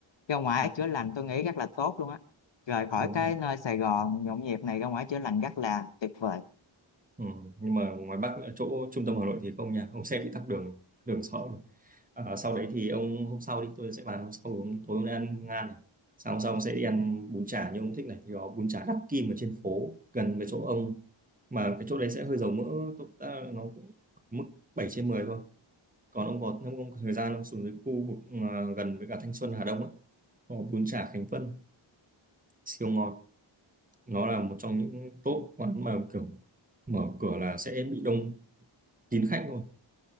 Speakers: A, on the left; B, on the right.
A: ra ngoài
B: Ừ,
A: chữa lành tôi nghĩ rất là tốt luôn á rời khỏi
B: đúng
A: cái
B: rồi
A: nơi Sài Gòn nhộn nhịp này ra ngoài chữa lành rất là tuyệt vời
B: Ừ, nhưng mà ngoài Bắc ở chỗ trung tâm Hà Nội thì không nha ông xe bị tắc đường đường sợ luôn à, sau đấy thì ông hôm sau đi tôi sẽ bàn hôm sau ông, tối ông đi ăn ngan này sau hôm sau ông sẽ đi ăn bún chả như ông thích này thì có bún chả Đắc Kim ở trên phố gần với chỗ ông mà cái chỗ đấy sẽ hơi dầu mỡ tốt à, nó cũng mức 7 trên 10 thôi còn ông có nếu ông có thời gian ông xuống dưới khu vực à, gần với cả Thanh Xuân Hà Đông á có bún chả Khánh Vân siêu ngọt nó là một trong những top quán mà kiểu mở cửa là sẽ bị đông kín khách luôn.